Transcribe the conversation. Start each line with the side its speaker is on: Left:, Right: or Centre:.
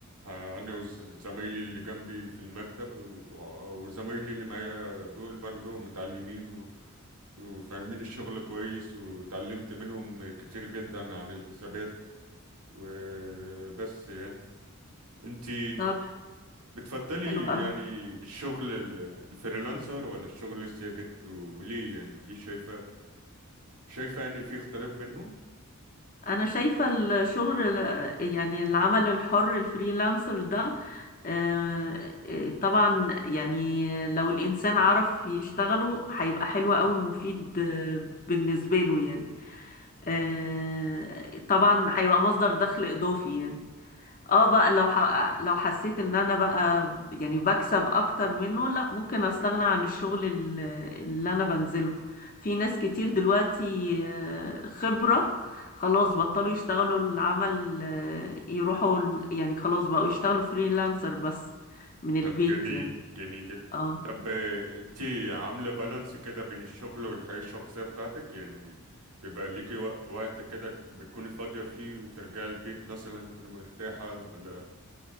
Right: آه، أنا وزمايلي اللي جنبي في المكتب و- وزمايلي اللي معايا دول برضه متعلمين و- وفاهمين الشغل كويس وتعلمت منهم كتير جدا عن الحسابات وبس يعني انتي
Left: طب
Right: بتفضلي
Left: حلو قوي
Right: يعني الشغل ال- الفريلانسر ولا الشغل الثابت وليه يعني ليه شايفة شايفة يعني في اختلاف بينهم
Left: انا شايفة الشغل آه، يعني العمل الحر الفريلانسر ده آه، آه، طبعا يعني لو الانسان عرف يشتغله هيبقى حلو قوي ومفيد آه، بالنسبة له يعني آه، طبعا هيبقى مصدر دخل اضافي يعني اه بقى لو ح... لو حسيت ان انا بقى يعني بكسب اكتر منه لا ممكن استغنى عن الشغل ال- اللي انا بنزله في ناس كتير دلوقتي آه، خبرة خلاص بطلوا يشتغلوا العمل آه، يروحوا ال- يعني خلاص بقوا يشتغلوا فريلانسر بس من البيت
Right: طب جميل
Left: يعني
Right: جميل جدا
Left: اه
Right: طب آه، انتي عاملة بالانس كده بين الشغل والحياة الشخصية بتاعتك يعني بيبقى ليكي وق- وقت كده بتكوني فاضية فيه وترجعي البيت مثلا تكوني مرتاحة ولا